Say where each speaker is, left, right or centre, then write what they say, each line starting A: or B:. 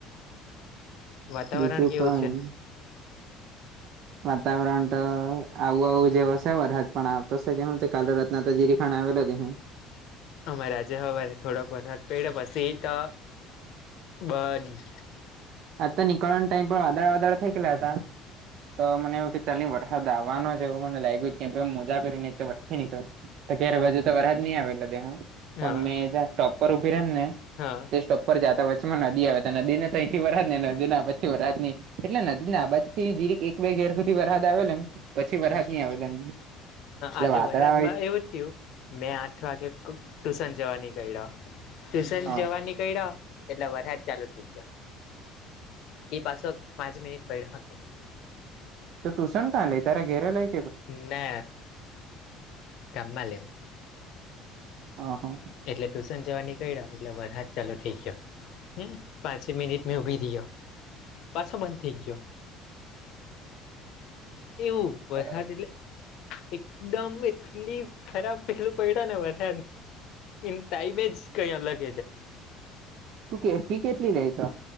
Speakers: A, on the left; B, on the right.
A: વાતાવરણ
B: બીજું
A: કેવું
B: કઈ
A: છે?
B: વાતાવરણ તો આવું આવું જેવો છે, વરસાદ પણ આવતો સે કે હું કાલે રાતના તો જીરીખાણ આવેલો દે હુ
A: અમારે આજે હવારે થોડોક વરસાદ પડ્યો પછી તો, બંધ
B: આજ તો નીકળવાના ટાઈમ પર વાદળા વાદળા થઈ ગયલા હતા, તો મને એવું કે ચા હા, દાવાનો છે એવું મને લાગ્યું કેમ કે મોજા પહેરી ને વટ થી નીકળ તો કયારે હજી તો વરસાદ ની આવે તો દેહુ પણ
A: હા
B: મે જ્યાં સ્ટોપ પર ઉભી રેમ ને
A: હા
B: તે સ્ટોપ પર જાતા વચમાં નદી આવે તે નદી ને થઈ, વરસાદ ને નદી આબાજ થી વરાદની એટલે નદી ની આ બાજ થી જીરીક એક બે ઘેર સુધી વરસાદ આવે ને પછી વરસાદ
A: હા
B: ની આવે, ત્યાં એટલે
A: આજે
B: વાદળા
A: વરસાદમાં એવું થીયું. મેં આઠ વાગે ટ્યુશન જવા નીકળ્યો ટ્યુશન
B: હા
A: જવા, એટલે વરસાદ ચાલુ થ ઈ ગયો. એ પાછો પાંચ મિનિટ પડ્યો હકે
B: તો ટુશન કાં લે તારા ઘેરે લઇએ
A: ને ગામમાં લેશે.
B: હા હા
A: એટલે ટ્યુશન જવા નીકળ્યા એટલે વરસાદ ચાલુ થઈ ગયો. હમ્મ પાંચે મિનિટ મેં ઉભી રહયો પાછો બંધ થઈ ગયો. એવું વરસાદ
B: બરાબર
A: એટલેે એકદમ એટલી ખરાબ પહેલું પડ્યો ને વરસાદ ન ટાઈમે એજ કઈ અલગ
B: તું કેફી કેટલી લઇએ તો.